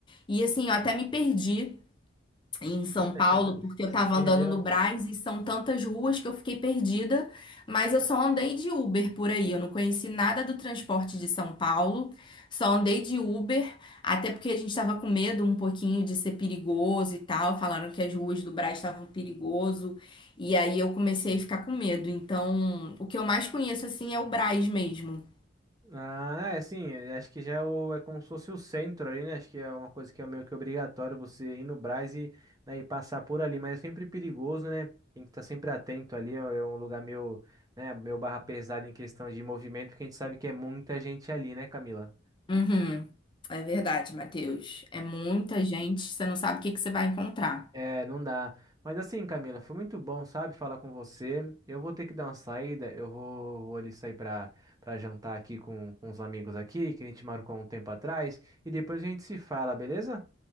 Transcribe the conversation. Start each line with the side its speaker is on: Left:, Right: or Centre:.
Left: E assim, eu até me perdi em São
Right: <laughs>
Left: Paulo, porque eu tava
Right: Perdeu?
Left: andando no Brás e são tantas ruas que eu fiquei perdida, mas eu só andei de Uber por aí, eu não conheci nada do transporte de São Paulo, só andei de Uber, até porque a gente tava com medo um pouquinho de ser perigoso e tal, falaram que as ruas do Brás estavam perigoso, e aí eu comecei a ficar com medo. Então, o que eu mais conheço assim é o Brás mesmo.
Right: Ah, é sim, eu acho que já é, o- é como se fosse o centro ali, né? Acho que é uma coisa que é meio que obrigatório você ir no Brás e, né, e passar por ali, mas é sempre perigoso, né? Tem que estar sempre atento ali, é é um lugar meio, né, meio barra pesada em questão de movimento, porque a gente sabe que é muita gente ali, né, Camila?
Left: Uhum. É verdade, Matheus. É muita gente, você não sabe o que que você vai encontrar.
Right: É, não dá. Mas assim, Camila, foi muito bom, sabe, falar com você. Eu vou ter que dar uma saída, eu vou, vou ali sair pra, pra jantar aqui com, com os amigos aqui, que a gente marcou um tempo atrás, e depois a gente se fala, beleza?